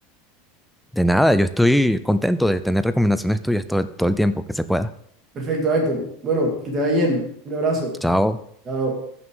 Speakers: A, in the centre; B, on the right.
A: De nada, yo estoy contento de tener recomendaciones tuyas todo, todo el tiempo que se pueda.
B: Perfecto, Ayrton. Bueno, que te vaya bien. Un abrazo.
A: Chao.
B: Chao.